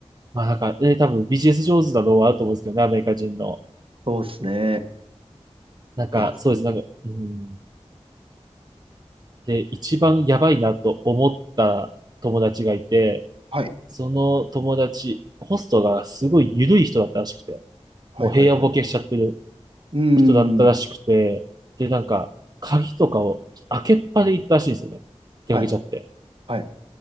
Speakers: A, on the right; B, on the right.
A: まあなんか、え多分ビジネス上手なのはあると思うんですけどね、アメリカ人の。
B: そうっすね。
A: なんか、
B: いや、
A: そうです、なんか、うん。で、一番やばいなと思った友達がいて、
B: はい。
A: その友達、ホストがすごい緩い人だったらしくて、
B: はいはいはい。
A: もう平野ボケしちゃってる
B: うー
A: 人だったらしくて、
B: ん。
A: で、なんか、鍵とかを開けっぱで行ったらしいんですよね。出かけちゃって。
B: はい、はい、